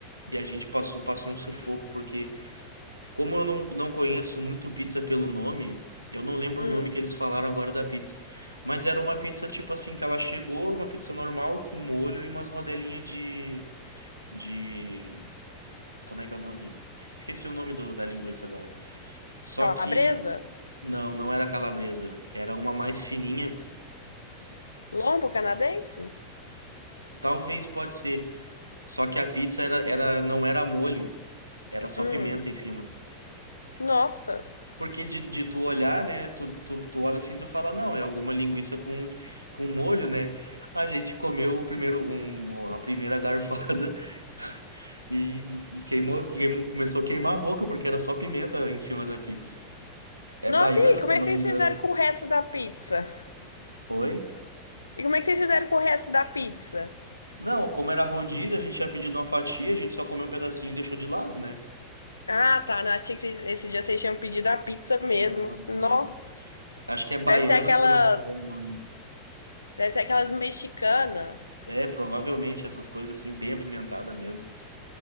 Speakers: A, on the right; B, on the left.
A: e a gente passou, passou um sufoco, porque como eu não, não conheço muito pizza pelo nome, eu não lembro
B: Hum.
A: o nome que eles falaram agora da pizza. Mas era uma pizza tipo assim, que ela chegou, uma pizza normal, com molho e umas rodelinhas de, de... Como é que é o nome? Esqueci o nome do- da linguiça agora. Só
B: Calabresa?
A: que Não, não era calabresa. Era uma mais fininha.
B: Lombo canadense?
A: Talvez pode ser. Só que a pizza era, era, não era molho, era só
B: Hum.
A: pimenta em cima.
B: Nossa.
A: Porque de, de tu olhar, né? Tu, tu, tu olha assim, e tu fala, não, é alguma linguiça com, com molho, né? A gente comeu o primeiro, um, a primeira garfada <laughs> e, e queimou, queimou, começou a queimar a boca, porque era só pimenta em cima da pizza. É
B: Nossa,
A: baiana,
B: e aí, como
A: se
B: é
A: eu não
B: que vocês
A: me engano.
B: fizeram com o resto da pizza?
A: Oi?
B: E como é que vocês fizeram com o resto da pizza?
A: Não, como era rodízio, a gente tinha pedido uma fatia, a gente só comeu um pedacinho e deixou de lado, né?
B: Ah, tá. Não, achei que vocês- esse dia vocês tinham pedido a pizza mesmo.
A: Não,
B: Não.
A: não. Acho que é baiana,
B: Deve ser aquelas.
A: se eu não me engano o nome.
B: Deve ser aquelas mexicanas.
A: É, provavelmente essas coisas assim, bem apimentada mesmo.